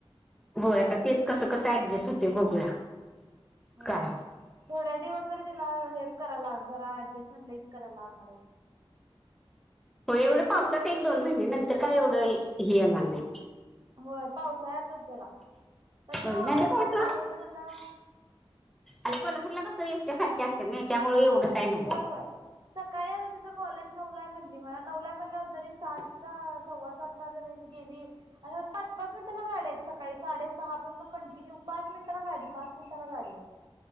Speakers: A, in the centre; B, on the right.
A: होय आता तेच कसं कसं ऍडजस्ट होते बघूया.
B: हो
A: काय
B: थोड्या दिवस तरी तिला हेच करायला लागणार जरा ऍडजस्टमेंट लइच करायला लागणार आहे.
A: हो एवढं पावसाच एक दोन महिने नंतर काय एवढं हे येणार नाही.
B: होय, पावसाळ्यातच जरा. तरी पण
A: हो
B: ऑगस्ट
A: नाहीं तर कसं
B: मध्ये चालू होते म्हणला
A: आणि कोल्हापूरला कसं सारख्या असतात नाही त्यामुळे एवढं. काय नाही
B: होय होय सकाळी आता तिचं. कॉलेज नऊला म्हली मगं नऊला म्हणल्यावर जरी सातला सव्वा सातला जरी गेली. पाच पाच मिनिटाला गाड्या आहेत सकाळी साडेसहा पासून कंटिन्यू पाच मिनिटाला गाडी पाच मिनिटाला गाडी आहे.